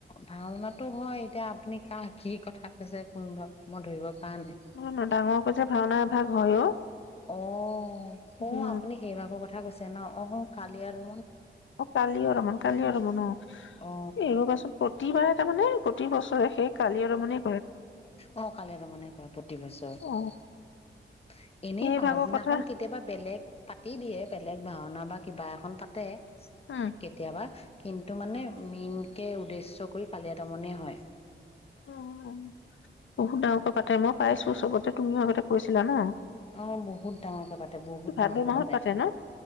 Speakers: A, on the left (about 30°); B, on the left (about 80°).
A: ভাওনাতো হয় এতিয়া আপুনি কাহ কি কথা কৈছে কোনব মই ধৰিব পৰা নাই
B: নহয় নহ ডাঙৰ কৈছে ভাওনা এভাগ হয় অ
A: অ
B: উম,
A: অ আপুনি সেই ভাগৰ কথা কৈছে ন অ কালি আৰু
B: অ কালি ৰমন কালি ৰমন অ
A: অ
B: এইব কচোন প্ৰতিবাৰে তাৰমানে প্ৰতি বছৰে সেই কালি আৰু মানে
A: অ কালিয়দমনে কৰে প্ৰতি বছৰে
B: অ
A: এনেই
B: সেই
A: পাছদিনাখন
B: ভাগৰ কথা
A: কেতিয়াবা বেলেগ পাতি দিয়ে বেলেগ ভাওনা বা কিবা এখন পাতে
B: উম
A: কেতিয়াবা কিন্তু মানে মেইনকে উদ্দেশ্য কৰি কালিয়া দমনে হয়
B: অ বহুত ডাঙৰকে পাতে মই পাইছো চবতে তুমিও আগতে কৈছিলা ন
A: অ বহুত ডাঙৰকে পাতে বহুত
B: ভাদ
A: ডাঙৰকে
B: মাহত
A: পাতে
B: ন?